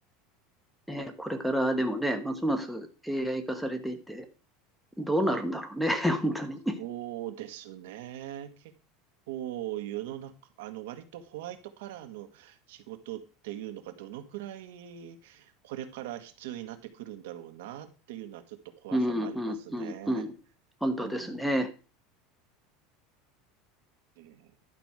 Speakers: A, in the centre; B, on the right.
A: ね、これからでもね、ますます AI 化されていって、どうなるんだろうね、<laughs> 本当に。
B: そうですね。結構世の中、あの割とホワイトカラーの仕事っていうのがどのくらいこれから必要になってくるんだろうなっていうのはちょっと怖さもありますね。
A: うんうんうんうん。本当ですね。
B: うん。ね